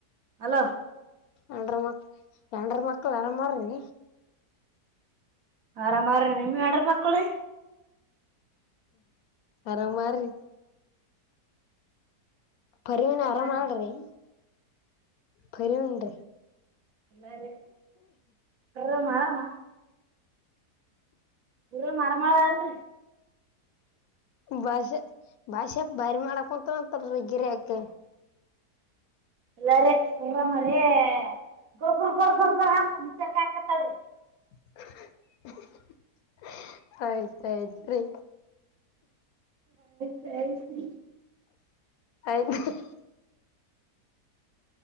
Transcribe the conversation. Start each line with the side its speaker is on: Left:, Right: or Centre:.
Right: ಹಲ್ಲೊ
Left: ಎಂಡರ ಮಕ್ ಯಂಡರ ಮಕ್ಳ ಆರಾಮ ಮಾಡ್ರಿ
Right: ಆರಾಮಾರ ನಿಮ್ ಎಡ್ರ ಮಕ್ಕಳ
Left: ಅರ ಮಾಡಾರಿ ಪರಿವಿನ
Right: ಆರಾಮಾರಿ
Left: ಆರಾಮ ಮಾಡ್ರಿ ಪರಿವಂಡ
Right: ಎಲ್ಲ ಬರುವಮ್ಮ ಗು ಮರಮಳ್ರ
Left: ಬಷ ಬಷ ಬಿ ಮಾಡ ಆಳಕಂತ ತ ರಗರೆ ಯಕೆ
Right: ಎಲ್ಲ ರ ಗ ಮ ಗ ಗ ಗ ಗೊರ್ ಗ ಹ ಮಚಾರಕ <unintelligible> ಹಾಕತ್ತಳ್ರೀ
Left: <unintelligible> ಆಯ್ತಾಯ್ತರಿ
Right: ಸಯೀ <unintelligible>
Left: ಆಯತ <unintelligible>